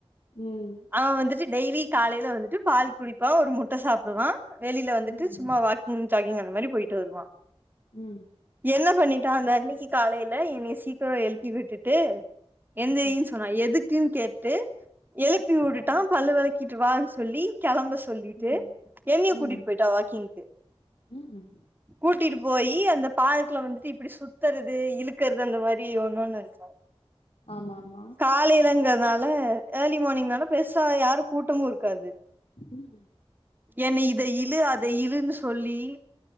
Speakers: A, on the left (about 80°); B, on the right (about 20°).
A: ம்
B: அவ வந்துட்டு டெய்லி காலையில வந்துட்டு பால் குடிப்பா ஒரு முட்ட சாப்டுவா வெளியில வந்துட்டு
A: ம்
B: சும்மா வாக்கிங் ஷாக்கிங் அந்த மாரி போயிட்டு வருவா
A: ம்
B: என்ன பண்ணிட் டா அந்த அன்னிக்கி காலையில என்னய சீக்கிர எழுப்பி விட்டுட்டு எந்திறின்
A: ம்
B: சொன்னா எதுக் குன் கேட்டு எழுப்பி வுட்டுட்டா
A: ம்
B: பல்லு வெளக்கிட்டு வானு சொல்லி கெளம்ப சொல்லிட்டு
A: ம்
B: என்னய கூட்டிட்டு
A: ம்
B: போயிட்டா வாக்கிங்க்கு
A: ம்
B: கூட்டிட்டு போய் அந்த பார்க்ல வந்துட்டு இப்படி சுத்தறது இழுக்ற து அந்த மாரி ஒண்னொன்னு இருக்கு
A: ஆமாமா.
B: காலேலங்கறதுனால ஏர்லி மார்னிங்னால பெருசா யாரு கூட் டமு இருக்காது
A: ம்,
B: என்ன இத இழு அத இழுன்னு சொல்லி